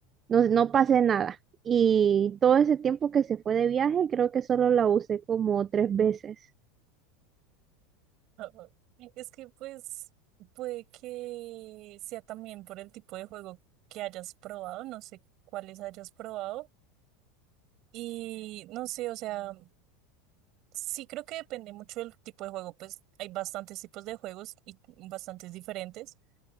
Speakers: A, on the right (about 30°); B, on the right (about 50°).
A: no, no pasé nada. Y todo ese tiempo que se fue de viaje, creo que solo la usé como tres veces.
B: Ah, ah. Es que pues puede que sea también por el tipo de juego que hayas probado, no sé cuáles hayas probado. Y no sé, o sea, sí creo que depende mucho del tipo de juego, pues hay bastantes tipos de juegos y bastantes diferentes.